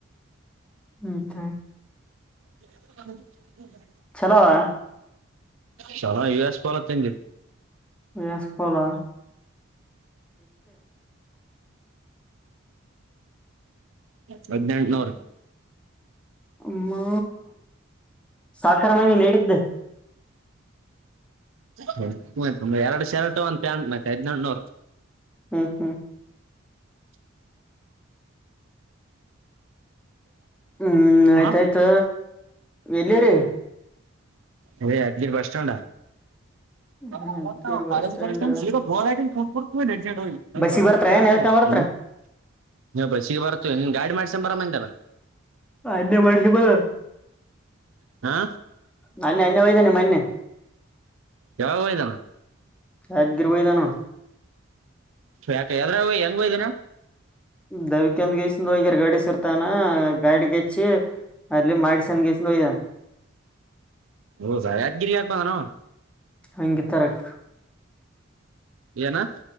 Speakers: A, in the centre; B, on the right.
A: ಹ್ಮ್ ಕ.
B: <unintelligible>
A: ಚಲೋ ಅವಾ.
B: ಚಲೋ ಯು ಎಸ್ ಪೋಲೋ ತಂದಿ.
A: U S polo.
B: <inaudible> ಹದಿನೆಂಟನೂರು.
A: ಅಮ್ಮಾ ಸಾಕಾರದಾವ್ ನೀ ಹೇಳಿದ್
B: ಹ್ಮ್ ಸುಮ್ನೆ ಎರಡ ಶರ್ಟ್ ಒಂದ್ ಪ್ಯಾಂಟ್ ಮತ್ತೆ ಹದ್ನೆಂಟನೂರ.
A: ಹ್ಮ್ ಹ್ಮ್
B: <unintelligible> <unintelligible>
A: ಹ್ಮ್ ಆಯ್ತಾಯ್ತ
B: ಹ
A: ಎಲ್ಲಿರಿ
B: ಅದೇ ಯಾದ್ಗಿರಿ ಬಸ್ ಸ್ಟ್ಯಾಂಡ. <unintelligible>
A: ಹದಗಿರ್ ಬಸ್ ಸ್ಟ್ಯಾಂಡ್
B: <unintelligible> ಇನ್ನ್
A: ಬಸ್ಸಿಗೆ ಬರ್ತ್ರ ಏನ್ ಹೇಳ್ಕ ಬರ್ತ್ರ
B: ಬಸ್ಸಿಗೆ ಬರತೇವ ಏನ್ ನಿನ್ನ ಗಾಡಿ ಮಾಡ್ಸ್ <unintelligible> ಬರಂ ಅಂದ್ಯಲ್ಲಾ
A: ಅಲ್ಲೇ ಮಾಡ್ಸಿ ಬಾ.
B: ಆ
A: ಮನ್ನೆ ಎಣ್ಣೆ ಒಯ್ದೇನ್ ಮನ್ನೆ.
B: ಯಾವಾಗ್ ಒಯ್ದಾನ್.
A: ಯಾಡ್ <unintelligible> ಒಯ್ದಾನ್.
B: ಯಾಕ ಯಾದ್ರಾಗ್ ಓಯ್ ಹೆಂಗ ಒಯ್ದಾನ್.
A: ದವಿಕಂದ ಗೆಸಿಂದ ಹೋಗ್ಯಾರ್ ಗಾಡಿ ಸರ್ತಾನ ಗಾಡಿಗೆಚ್ಚಿ ಅಲ್ಲೆ ಮಾಡಿಸಂದ ಗೇಸಿನ್ ಒಯ್ದಾನ.
B: ಹೌದಾ ಯಾದಗಿರಿ ಯಾಕ್ ಬಂದಾನ ಅವ.
A: ಅಂಗಿ ತರಾಕ್.
B: ಏನ್.